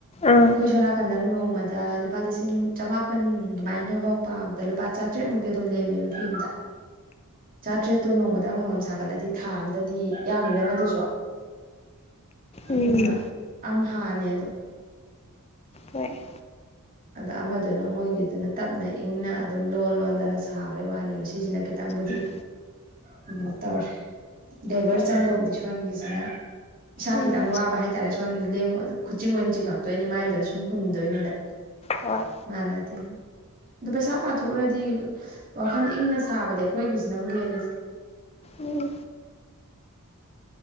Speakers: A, on the left (about 30°); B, on the right (about 40°).
A: ꯑꯥ
B: ꯑꯩꯈꯣꯏ ꯁꯣꯟꯅꯥꯀꯟꯗꯅ ꯅꯣꯡꯃꯗ ꯂꯨꯄꯥ ꯂꯤꯁꯤꯡ ꯆꯃꯥꯄꯟ ꯑꯗꯨꯃꯥꯏꯅꯐꯧ ꯄꯥꯕ ꯑꯗ ꯂꯨꯄꯥ ꯆꯥꯇ꯭ꯔꯦꯠꯃꯨꯛꯀꯤ ꯑꯗꯨꯝ ꯂꯦꯝꯃꯦꯕ ꯐꯤ ꯑꯝꯗ ꯆꯥꯇ꯭ꯔꯦꯠꯇꯨ ꯅꯣꯡꯃꯗ ꯑꯃꯃꯝ ꯁꯥꯒꯠꯂꯗꯤ ꯊꯥ ꯑꯝꯗꯗꯤ ꯌꯥꯝꯃꯤꯗꯅ ꯑꯗꯨꯁꯨ ꯑꯗꯨꯅ
A: ꯎꯝ
B: ꯑꯝ ꯍꯥꯥꯅꯦ ꯑꯗꯨꯝ
A: ꯍꯣꯏ
B: ꯑꯗ ꯑꯃꯗꯨꯅ ꯃꯣꯏꯒꯤꯗꯨꯅ ꯇꯞꯅ ꯏꯪꯅ ꯑꯗꯨꯝ ꯂꯣꯟ ꯂꯣꯟꯗꯅ ꯁꯥꯕꯩ ꯋꯥꯅꯦꯕ ꯁꯤꯁꯤꯅ ꯈꯤꯇꯪꯕꯨꯗꯤ
A: ꯎꯝ
B: ꯀꯩꯅꯣ ꯇꯧꯔꯦ ꯂꯦꯕꯔ
A: ꯍꯣꯏ
B: ꯆꯪꯕꯕꯨꯗꯤ ꯁꯣꯟꯒꯤꯖꯤꯅ ꯏꯁꯥ
A: ꯎꯝ
B: ꯈꯤꯇꯪ ꯋꯥꯕ ꯍꯥꯏꯇꯥꯔꯦ ꯁꯣꯟ ꯂꯦꯡ ꯈꯨꯆꯤꯡ ꯑꯣꯏꯅ ꯆꯤꯡꯉꯛꯇꯣꯏꯅꯤ ꯃꯥꯏꯗꯨꯅ ꯁꯨꯝ ꯍꯨꯟꯗꯨꯏꯅꯤꯗꯅ
A: ꯍꯣꯏ
B: ꯃꯥꯟꯅꯗꯦꯕ ꯑꯗꯣ ꯄꯩꯁꯥ ꯄꯥꯊꯣꯛꯎꯔꯗꯤ ꯋꯥꯈꯜ ꯏꯪꯅ ꯁꯥꯕꯗꯤ ꯑꯩꯈꯣꯏꯒꯤꯖꯤꯅꯕꯨ ꯍꯦꯜꯂꯤꯗ
A: ꯎꯝ